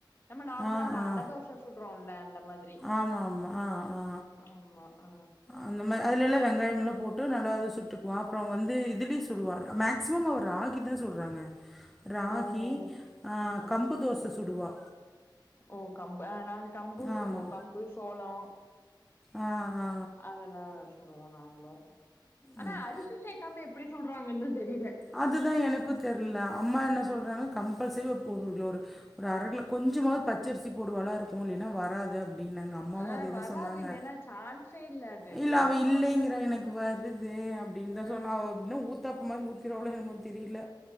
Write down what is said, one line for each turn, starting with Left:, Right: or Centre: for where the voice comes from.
Left: நம்ம நார்மலா
Centre: ஆ
Left: அந்த
Centre: ஆ
Left: அடதோச சுடுறோல்ல அந்த மாதிரி
Centre: ஆமா ஆமா ஆ ஆ
Left: ஆமா ஆ
Centre: அந்த மாரி அதுல எல்லா வெங்காயமெல்லா போட்டு நல்லாவே சுட்டுக்குவா அப்றோ வந்து இதுலியு சுட்டுவா மேக் சிமம் அவ ராகிதா சுடுறாங்க ராகி,
Left: ஓஹோ ஆ ஆ
Centre: கம்பு தோச சுடுவா
Left: ஓ கம்பு ஆ நாங்க கம்பு
Centre: ஆமா
Left: சுடுவோ கம்பு, சோளோ
Centre: ஆ ஆ
Left: அதெல்லா சுடுவோ நாங்களு ஆனா
Centre: அதான்.
Left: அரிசி சேக்காம எப்டி சுட்றாங்கன்னுதா தெரில
Centre: அதுதா எனுக்கு தெர்ல அம்மா என்ன
Left: ஆ
Centre: சொல்றாங்க கம்பல்சரி இப்ப ஒரு ஒரு அரகிலோ கொஞ்சமாவ்து பச்சரிசி போடுவாலா இருக்கு இல்லைனா வராது அப்டின்னாங்க அம்மாவு
Left: ஆ
Centre: அதேதா
Left: வராது
Centre: சொன்னாங்க
Left: இல்லன்னா சான்ஸே அது
Centre: இல்ல அவ
Left: எவ்ளோ
Centre: இல்லீங்கிறா
Left: இதானாலு
Centre: எனக்கு வருது அப்டின்தா
Left: ஆ
Centre: சொன்னா அவ அப்டினா ஊத்தாப்பு மாரி ஊத்திருவாளோ என்னமோ தெரில